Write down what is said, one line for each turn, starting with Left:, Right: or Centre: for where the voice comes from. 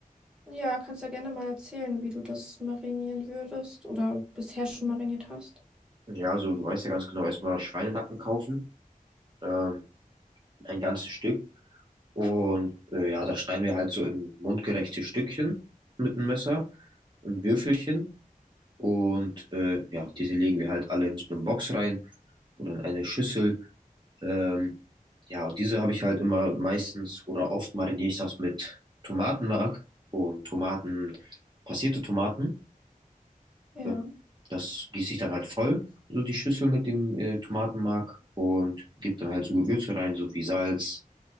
Centre: Ja, kannst ja gerne mal erzählen, wie du das marinieren würdest oder bisher schon mariniert hast.
Right: Ja, also du weißt ja ganz genau, erstmal Schweinenacken kaufen. Ähm, ein ganzes Stück. Und äh, ja, da schneiden wir halt so in mundgerechte Stückchen mit dem Messer, in Würfelchen. Und äh, ja, diese legen wir halt alle in so eine Box rein oder in eine Schüssel. Ähm, ja, und diese habe ich halt immer meistens oder oft mariniere ich das mit Tomatenmark und Tomaten, passierte Tomaten.
Centre: Ja.
Right: äh, Das gieße ich dann halt voll, so die Schüssel mit dem äh, Tomatenmark und gebe dann halt so Gewürze rein, so wie Salz,